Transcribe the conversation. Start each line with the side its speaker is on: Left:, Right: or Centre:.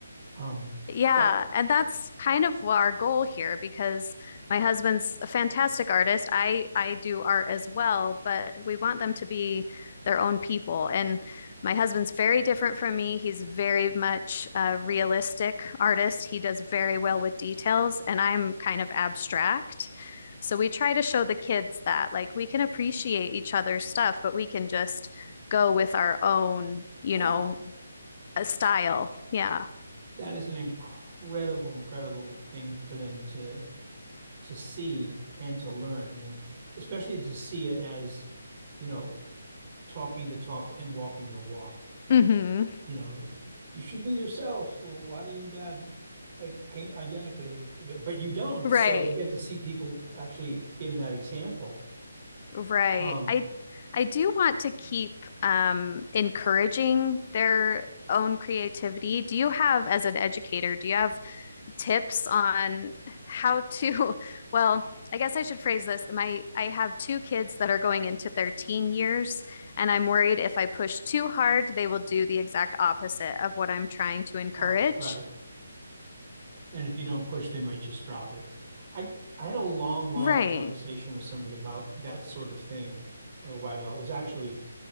Right: Um,
Left: Yeah,
Right: but
Left: and that's kind of our goal here because my husband's a fantastic artist. I I do art as well, but we want them to be their own people. And my husband's very different from me. He's very much a realistic artist. He does very well with details, and I'm kind of abstract. So we try to show the kids that like we can appreciate each other's stuff, but we can just go with our own, you
Right: yeah,
Left: know, uh, style. Yeah.
Right: that is an incredible, incredible thing for them to to see and to learn, and especially to see it as you know. talking the talk and walking the walk.
Left: hmm
Right: You know, you should be yourself. Well, why do you and dad like paint identically? But, but you don't.
Left: Right.
Right: So they get to see people actually give them that example.
Left: Right.
Right: Um,
Left: I I do want to keep um, encouraging their own creativity. Do you have, as an educator, do you have tips on how to, <laughs> well, I guess I should phrase this. My I have two kids that are going into their teen years, and I'm worried if I push too hard, they will do the exact opposite of what I'm trying to encourage.
Right: oh, right. And if you don't push, they might just drop it. I I had a long, long
Left: Right.
Right: conversation with somebody about that sort of thing a little while ago. It was actually